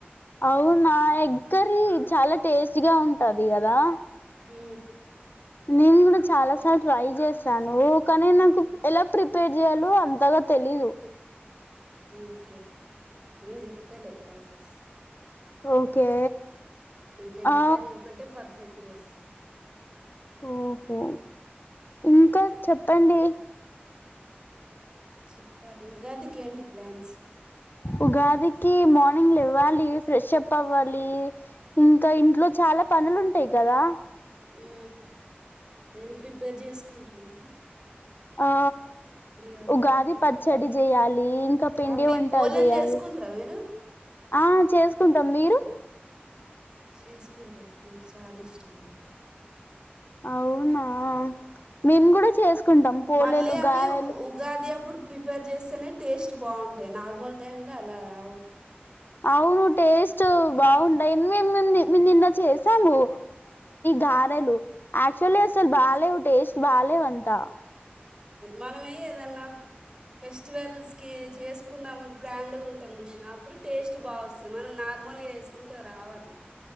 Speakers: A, on the left (about 55°); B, on the right (about 20°).
A: అవునా ఎగ్ కర్రీ చాలా టేస్ట్ గా ఉంటది కదా
B: ఉ
A: నేను కూడా చాలా సార్ ట్రై చేశాను కానీ నాకు ఎలా ప్రిపేర్ చేయాలో అంతగా తెలీదు
B: ఓకే నేను చెప్తాలే ప్రాసెస్
A: ఓకే
B: నాకు ఎగ్
A: ఆ
B: కర్రీ ఒకటే పర్ఫెక్ట్ ధోస్
A: ఓహో ఇంకా చెప్పండి
B: చెప్పాలి ఉగాదికి ఏంటి ప్లాన్స్
A: ఉగాదికి మార్నింగ్ లేవ్వాలి ఫ్రెష్ అప్ అవ్వాలి ఇంకా ఇంట్లో చాలా పనులు ఉంటాయి కదా
B: ఉ ఏం ప్రిపేర్ చేసుకుంటారు ఇంట్లా
A: ఆ
B: కాకపోతే
A: ఉగాది పచ్చడి చేయాలి ఇంకా పిండి
B: అవి
A: వంటలు
B: పోలేలు
A: చెయాలి
B: చేసుకుంటారా మీరు
A: ఆ చేసుకుంటాం మీరు
B: చేసుకుంటాం నాకు చాలా ఇష్టం అవి
A: అవునా మేము కూడా చేసుకుంటాం పోలేలు
B: మళ్ళీ అవి
A: గారెలు
B: ఉగాది అప్పుడు ప్రిపేర్ చేస్తేనే టేస్ట్ బాగుంటాయి నార్మల్ టైంలో అలా రావు
A: అవును టేస్ట్ బాగుంటాయి మేముము నిన్న చేసాము గారెలు ఆక్చువల్లీ అసలు బాలేవు టేస్ట్ బాలేవు అంతా
B: మనమే ఏదన్నా ఫెస్టివల్స్కి చేసుకుందామని బ్రాండ్గ ఉంటం చూసినా అప్పుడు టేస్ట్ బాగా వస్తుంది మనం నార్మల్గా వేసుకుంటే రావట్ల